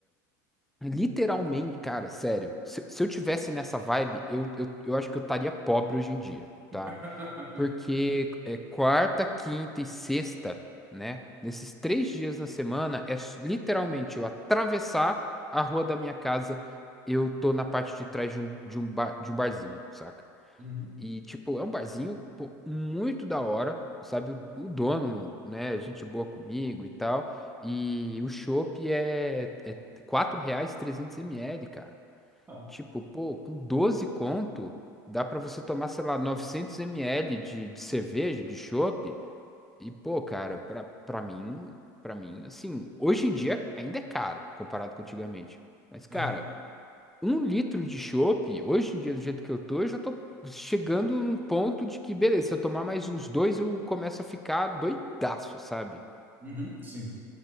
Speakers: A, in the centre; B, on the right (about 20°).
A: Literalmente, cara, sério. Se, se eu tivesse nessa vibe, eu, eu, eu acho que eu estaria pobre hoje em dia, tá?
B: <laughs>
A: Porque é quarta, quinta e sexta, né? Nesses três dias na semana, é s- literalmente eu atravessar a rua da minha casa, eu tô na parte de trás de um, de um, bar, de um barzinho, saca?
B: uhum,
A: E, tipo, é um barzinho, pô, muito da hora, sabe? O, o dono, né? Gente boa comigo e tal. E o chopp é, é quatro reais trezentos ml cara.
B: não.
A: Tipo, pô, com 12 conto, dá pra você tomar, sei lá, novecentos ml de, de cerveja, de chopp. E, pô, cara, pra, pra mim, pra mim, assim, hoje em dia ainda é caro comparado com antigamente. Mas, cara,
B: Aham,
A: um litro de chopp, hoje em dia, do jeito que eu tô, eu já tô chegando num ponto de que, beleza, se eu tomar mais uns dois, eu começo a ficar doidaço, sabe?
B: uhum, sim,